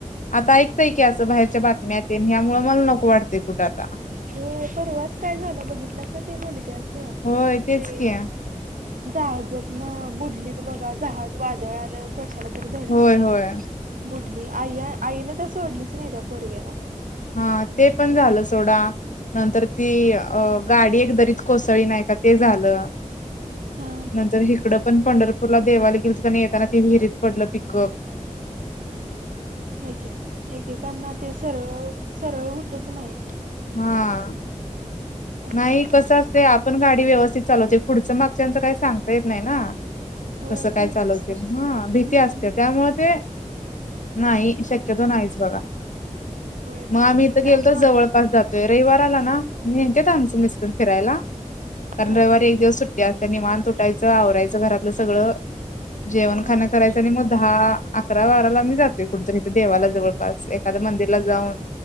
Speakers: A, on the left; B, on the right.
A: आता ऐकतंय की असं बाहेरच्या बातम्या तेन यामुळे मला नको वाटते. कुठंच,
B: हो परवाच काय झालं बघितलासा ते मुलग्याच
A: होय तेच
B: ते
A: की
B: जहाजात न बुडलीत बघा जहाज वादळ आलं कशाला धडकली
A: होय होय
B: बुडली आई आईने त्या सोडलीच नाही त्या पोरग्याला,
A: हा ते पण झालं सोडा. नंतर ती अ गाडी एक दरीत कोसळली नाही का ते झालं.
B: हा
A: नंतर हिकडं पण पंढर पूरला देवाला गेलीत येताना ती विहिरीत पडलं तिघ.
B: एक एकेकांना ते सरळ सरळ होतच नाही.
A: हा
B: काय
A: नाही
B: करतास
A: कसं असते. आपण गाडी व्यवस्थित चालवते पुढचं मागच्याचं काही सांगता येत नाही ना.
B: होय
A: तसं काय
B: तेच
A: चालवते
B: की मग
A: हा
B: हम्म
A: भीती असते त्यामुळे ते, नाही शक्यतो नाहीच बघा.
B: होय
A: मग
B: तर
A: आम्ही इथं
B: त्यामुळे
A: गेलो तर जवळपास जातोय रविवार आला ना, नेत्यांत आमच मिस्टर फिरायला कारण
B: हा
A: रविवारी एक दिवस सुट्टी असत्या. निवांत उठायचं आवरायचं घरातलं सगळं जेवण
B: ह
A: खाण करायचं आणि मग दहा, अकरा, बारा मी जातोय कुठतरी देवाला जवळपास एखाद्या मंदिरला जाऊन.